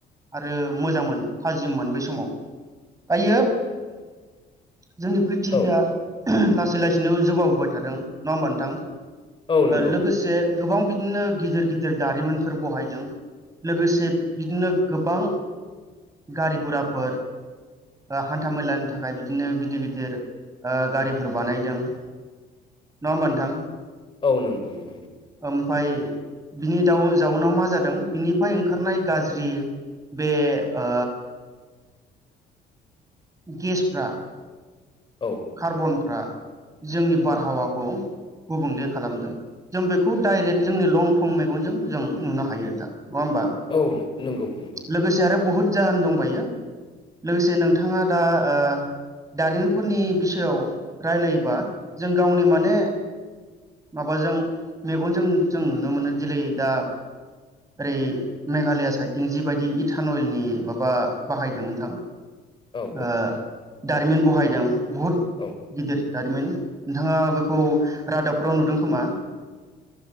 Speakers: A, on the right; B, on the left.
A: आरो मोजांमोन थाजिममोन बै समाव दायो जोंनि प्रिथिबिआ
B: औ
A: लासै लासैनो जौगाबोबाय थादों नङा होमबा नोंथां
B: औ नंगौ
A: लोगोसे
B: नंगौ
A: गोबां बिदि बिदिनो गिदिर गिदिर दारिमिनफोर बहायदों लोगोसे बिदिनो गोबां गारि गराफोर हान्था मेलानि थाखाय बिदिनो गिदिर गिदिर ओ गारिफोर बानायदों नङा होमबा नोंथां
B: औ नंगौ नंगौ दे
A: ओमफाय बिनि दाउ जाउनाव मा जादों बिनिफ्राय ओंखारनाय गाज्रि बे ओ गेसफ्रा
B: औ
A: कार्बन फ्रा जोंनि बारहावाखौ गुबुंले खालामदों जों बेखौ डाइरेक्ट जोंनि लंथं मेगनजों जों नुनो हायो हायो नोथां नङा होमबा
B: औ नंगौ नंगौ
A: लोगोसे आरो बुहुद जाहोन दंबायो लोगोसे नोंथाङा दा ओ दारिमिनफोरनि बिसयाव रायलायोबा जों गावनि माने माबाजों मेगनजों जों नुनो मोनो दिनै दा ओरै मेघालया साइडथिं जिबायदि इटान अइलनि माबा बाहायदों नोंथां
B: औ
A: ओ दारिमिन बहायदों बहुद
B: औ
A: गिदिर दारिमिन नोंथाङा बेखौ रादाबफ्राव नुदों खोमा